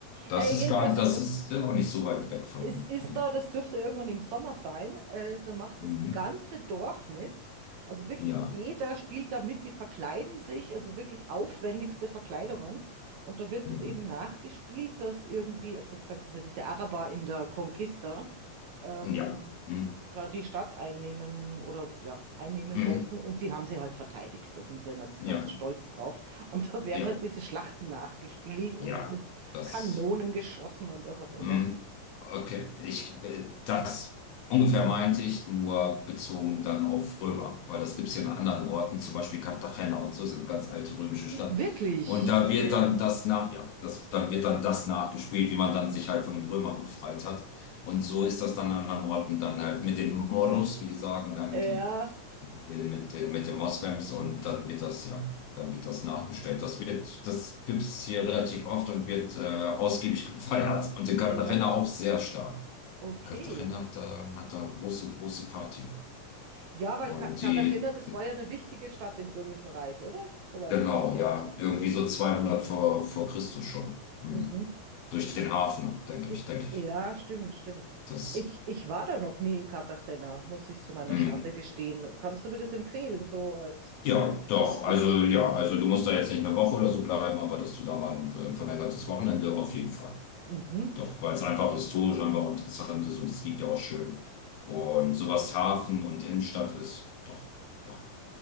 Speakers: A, on the left; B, on the right.
A: Das
B: Naja, jedenfalls,
A: ist gar, das
B: äh,
A: ist ja auch nicht so weit weg von
B: es
A: hier.
B: ist
A: Nee.
B: da, das dürfte irgendwann im Sommer sein, äh, da macht
A: Mhm.
B: das ganze Dorf mit. Also wirklich
A: Ja.
B: jeder spielt da mit, die verkleiden sich, also wirklich aufwendigste Verkleidungen. Und da wird
A: Mhm.
B: es eben nachgespielt, dass irgendwie, also jetzt sagt mal, diese Araber in der Conquista, ähm,
A: Ja. Mhm.
B: da die Stadt einnehmen oder ja, einnehmen
A: Mhm.
B: wollten und die haben sie halt verteidigt. Da sind sie jetzt
A: Ja.
B: ganz stolz drauf. Und da werden
A: Ja.
B: halt diese Schlachten nachgespielt und
A: Ja.
B: mit
A: Das.
B: Kanonen geschossen und was auch immer.
A: Hm, Okay, ich, äh, das ungefähr meinte ich nur bezogen dann auf Römer, weil das gibt es ja an anderen Orten, zum Beispiel Cartagena und so, ist ja eine ganz alte römische Stadt.
B: Ach, wirklich?
A: Und da wird dann das nach, ja, das, dann wird dann das nachgespielt, wie man dann sich halt von den Römern befreit hat. Und so ist das dann an anderen Orten dann halt mit den Moros, wie die sagen, ne,
B: Ja,
A: mit den mit den, mit den, mit den Moslems und dann wird das, ja, dann wird das nachbestellt. Das wird, das gibt's hier relativ oft und wird äh, ausgiebig <laughs> gefeiert. Und in Cartagena
B: ja,
A: auch sehr stark.
B: okay.
A: Cartagena hat da, hat da eine große, große Party.
B: Ja, weil
A: Und
B: Ka- Katharina,
A: die,
B: das war ja eine wichtige Stadt im Römischen Reich, oder? Soweit
A: genau,
B: ich mich erinnern
A: ja,
B: kann.
A: irgendwie so 200 vor, vor Christus schon. Hm.
B: Mhm.
A: Durch den Hafen, denke
B: I-
A: ich, denke ich.
B: Ja, stimmt, stimmt.
A: Das,
B: Ich, ich war da noch nie in Cartagena, muss ich zu meiner
A: hm.
B: Schande gestehen. Kannst du mir das empfehlen, so als
A: Ja, doch.
B: Ausflugs?
A: Also, ja, also du musst da jetzt nicht eine Woche oder so bleiben, aber dass du da mal ein ein verlängertes Wochenende auf jeden Fall.
B: Mhm.
A: Doch, weil es einfach historisch einfach interessant ist und es liegt ja auch schön. Und sowas Hafen und Innenstadt ist, doch, ja.